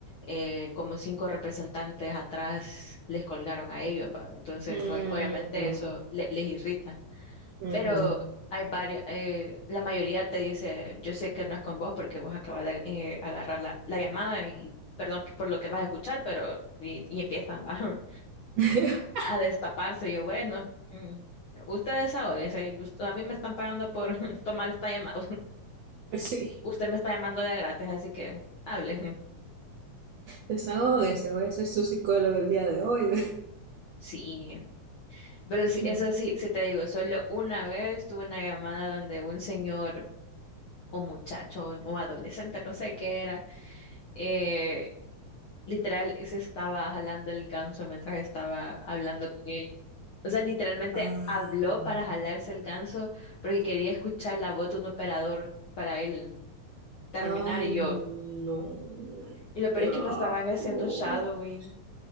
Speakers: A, on the left; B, on the right.
A: eh, como cinco representantes atrás les colgaron a ellos, ¿va? Entonces,
B: Mm,
A: ob- obviamente
B: ujú,
A: eso le- les irrita.
B: ujú.
A: Pero hay varios, la mayoría te dice, yo sé que no es con vos porque vos acabas de eh, agarrar la, la llamada y perdón que- por lo que vas a escuchar, pero y, y empiezan ¿va? <laughs>
B: <laughs>
A: a destaparse. Yo, bueno. mm, Ustedes ahora, a mí me están pagando por <laughs> tomar esta llamada.
B: Pues sí.
A: Usted me está llamando de a gratis, así que hable. <laughs>
B: Desahógese, voy a ser su psicólogo el día de hoy.
A: Sí, pero
B: <laughs>
A: sí, eso sí, sí te digo, solo una vez tuve una llamada donde un señor o muchacho o adolescente, no sé qué era, eh, literal se estaba jalando el ganso mientras estaba hablando con él. O sea, literalmente
B: Ay,
A: habló
B: no.
A: para jalarse el ganso porque quería escuchar la voz de un operador para él terminar
B: ay,
A: y yo.
B: no.
A: Y lo
B: Qué
A: peor es
B: asco.
A: que me estaban haciendo shadowing.
B: <laughs>